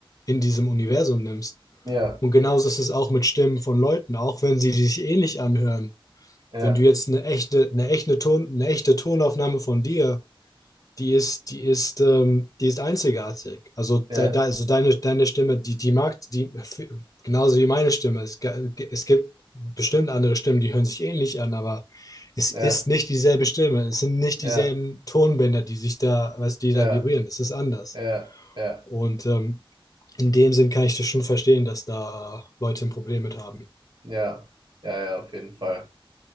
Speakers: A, on the left; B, on the right.
A: in diesem Universum nimmst.
B: ja,
A: Und genauso ist es auch mit Stimmen von Leuten, auch wenn sie sich ähnlich anhören
B: ja,
A: wenn du jetzt eine echte, eine echte Ton, eine echte Tonaufnahme von dir, die ist, die ist, ähm, die ist einzigartig. Also, de,
B: ja,
A: de, also deine, deine Stimme, die, die mag, die, genauso wie meine Stimme. Es, ge- es gibt bestimmt andere Stimmen, die hören sich ähnlich an, aber es
B: ja,
A: ist nicht dieselbe Stimme. Es sind nicht
B: ja,
A: dieselben Tonbänder, die sich da, was die
B: ja,
A: da vibrieren. Es ist anders.
B: ja, ja,
A: Und ähm, in dem Sinn kann ich das schon verstehen, dass da Leute ein Problem mit haben.
B: ja, ja, ja, auf jeden Fall.